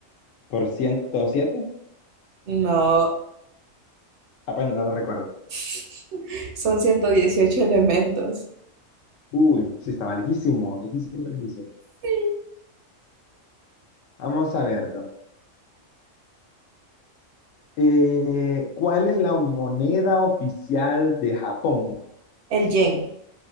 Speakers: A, on the left; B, on the right.
A: por 107.
B: no.
A: Apenas no no lo recuerdo.
B: <laughs> Son 118 elementos.
A: Uy, sí, estaba lejísimo, lejísimo, lejísimo.
B: Sí.
A: Vamos a ver. Eh, ¿cuál es la moneda oficial de Japón?
B: El yen.